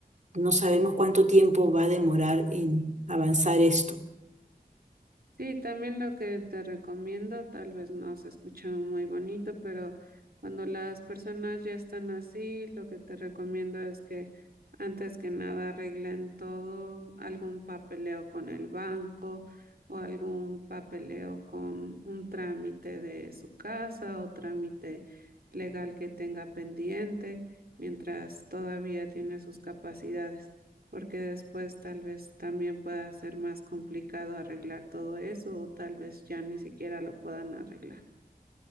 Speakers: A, on the right; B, on the right.
A: no sabemos cuánto tiempo va a demorar en avanzar esto.
B: Sí, también lo que te recomiendo, tal vez no se escucha muy bonito, pero cuando las personas ya están así, lo que te recomiendo es que antes que nada arreglen todo, algún papeleo con el banco o algún papeleo con un trámite de su casa o trámite legal que tenga pendiente mientras todavía tiene sus capacidades porque después tal vez también pueda ser más complicado arreglar todo eso o tal vez ya ni siquiera lo puedan arreglar.